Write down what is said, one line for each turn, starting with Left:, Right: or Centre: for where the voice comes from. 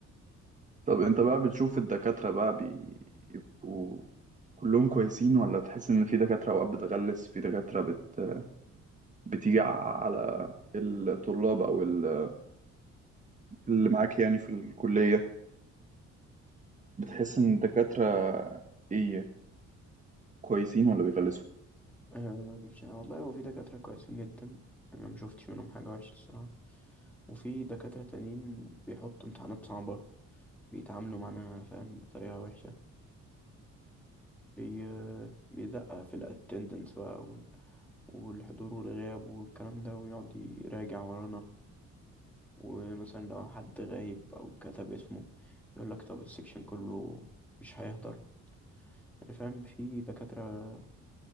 Right: طب انت بقى بتشوف الدكاترة بقى بيبقوا كلهم كويسين ولا تحس ان في دكاترة اوقات بتغلس في دكاترة بت... بتيجي على الطلاب او ال- اللي معاك يعني في الكلية بتحس ان الدكاترة ايه كويسين ولا بيغلسوا
Centre: أه مش والله هو في دكاترة كويسين جدا أنا ما شفتش منهم حاجة وحشة الصراحة وفي دكاترة تانيين بيحطوا امتحانات صعبة بيتعاملوا معانا فاهم بطريقة وحشة بي... بيدقق في الاتندنس بقى والحضور والغياب والكلام ده ويقعد يراجع ورانا ومثلا لو حد غايب أو كتب اسمه يقولك طب السكشن كله مش هيحضر يعني فاهم في دكاترة